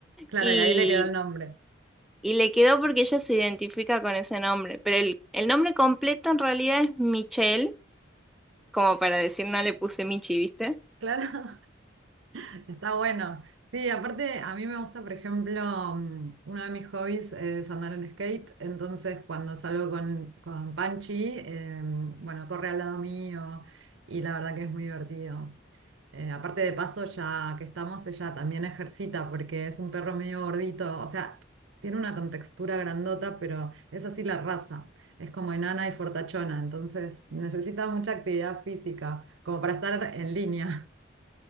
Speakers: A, on the right; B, in the centre.
A: claro,
B: y,
A: y ahí le quedó el nombre.
B: y le quedó porque ella se identifica con ese nombre. Pero el, el nombre completo en realidad es Michelle, como para decir, no le puse Michi, ¿viste?
A: Claro. <laughs> Está bueno. Sí, aparte a mí me gusta, por ejemplo, mm, uno de mis hobbies es andar en skate, entonces cuando salgo con, con Panchi, eh, bueno, corre al lado mío y la verdad que es muy divertido. Eh, aparte de paso, ya que estamos, ella también ejercita porque es un perro medio gordito, o sea, tiene una contextura grandota, pero es así la raza, es como enana y fortachona, entonces necesita mucha actividad física, como para estar en línea.